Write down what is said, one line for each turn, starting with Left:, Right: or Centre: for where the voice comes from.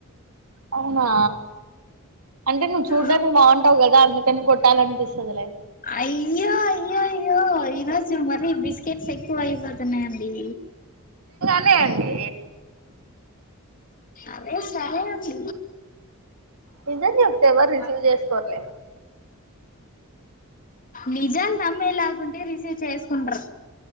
Right: అవునా అంటే నువ్వు
Left: ఆ
Right: చూడ్డానికి బాగుంటావు కదా అందుకని కొట్టాలంటే చేస్తదిలే
Left: అయ్యో అయ్యో అయ్యో ఈ రోజు మరి బిస్ బిస్కెట్స్ ఎక్కువయిపోతున్నాయండి
Right: అంతే అండి
Left: అదే సరే అండి
Right: నిజం చెప్తే ఎవరు రిసీవ్ చేసుకోర్లే
Left: నిజాలు నమ్మేలాగుంటే రిసీవ్ చేసుకుంట్రు